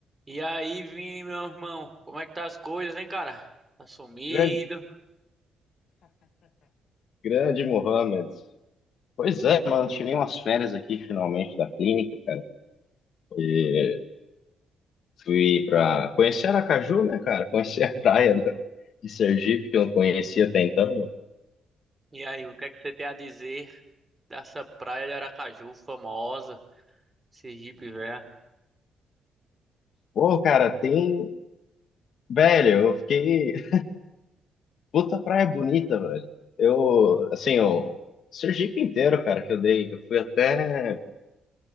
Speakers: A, on the right; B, on the left.
A: E aí, Vini, meu irmão, como é que tá as coisas, hein, cara? Tá sumido.
B: Grande, grande Mohamed. Pois é, mano, tirei umas férias aqui finalmente da clínica, cara. E fui pra conhecer Aracaju, né, cara? Conhecer a praia da- de Sergipe, que eu não conhecia até então, mano.
A: E aí, o que é que você tem a dizer dessa praia de Aracaju, famosa, Sergipe, velho?
B: Pô, cara, tem. Velho, eu fiquei. Puta praia bonita, velho. Eu, assim, o Sergipe inteiro, cara, que eu dei. Eu fui até.